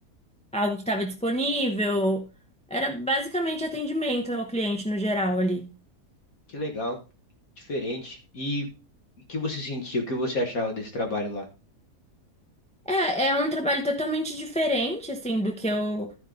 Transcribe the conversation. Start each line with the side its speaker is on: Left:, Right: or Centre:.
Centre: algo que estava disponível. Era basicamente atendimento ao cliente no geral ali.
Left: Que legal, diferente. E e o que você sentiu? O que você achava desse trabalho lá?
Centre: É, é um trabalho totalmente diferente, assim, do que eu,